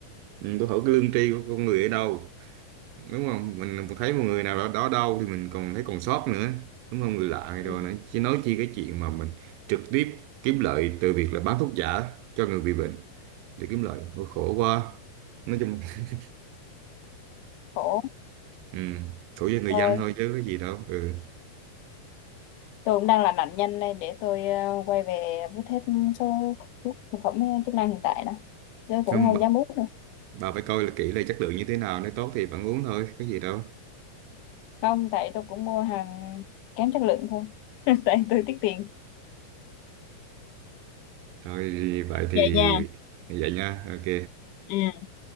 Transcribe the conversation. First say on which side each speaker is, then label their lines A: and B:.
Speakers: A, on the right; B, on the left.
A: ừm, tôi hỏi cái lương tri của con người ở đâu đúng không mình thấy một người nào đó, đó đâu thì mình còn thấy còn sót nữa đúng không người lạ này
B: Ừ,
A: rồi nữa chứ nói chi cái chuyện mà mình trực tiếp kiếm lợi từ việc là bán thuốc giả cho người bị bệnh để kiếm lợi Ôi, khổ quá nói chung <laughs>
B: khổ.
A: ừm, khổ cho người
B: Tôi,
A: dân thôi chứ có gì đâu ừ
B: tôi cũng đang là nạn nhân đây để tôi ờ, quay về vứt hết số thuốc thực phẩm ờ, chức năng hiện tại đã. Tôi cũng
A: không
B: không
A: bà,
B: dám uống nữa.
A: bà phải coi là kỹ là chất lượng như thế nào nếu tốt thì bạn uống thôi có gì đâu
B: Không, tại tôi cũng mua hàng kém chất lượng thôi. <laughs> Tại tôi tiết tiền.
A: Thôi vậy thì
B: Vậy nha.
A: vậy nha. Ok,
B: Ừ.